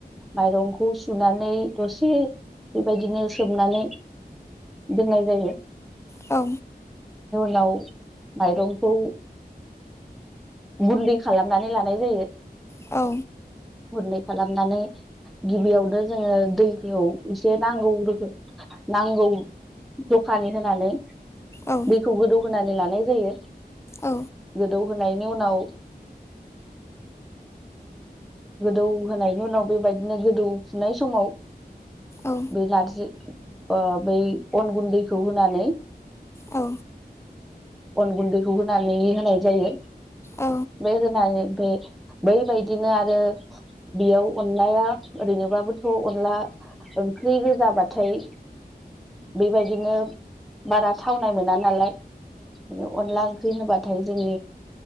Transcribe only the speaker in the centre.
माइरंखौ सुनानै दसे बेबायदिनो सोमनानै दोननाय जायो।
नाव माइरंखौ गुन्दै खालामनानै लानाय जायो।
गुन्दै खालामनानै गिबियावनो जोङो दैखौ एसे नांगौ रोखो नांगौ जखानि होनानै
दैखौ गोदौ होनानै लानाय जायो
गोदौ होनाय नि उनाव गोदौ होनायनि उनाव बेबायदिनो गोदौफुनाय समाव
बे नारजि ओ बै अन गुन्दैखौ होनानै
अन गुन्दैखौ होनानै होनाय जायो
बै होनानै बे बैबायदिनो आरो बेयाव अनलाया ओरैनोबाबोथ' अनला ओंख्रि गोजाबाथाय बेबायदिनो बारा थावनाय मोना नालाय अनला ओंख्रि होनोबा थाय जोंनि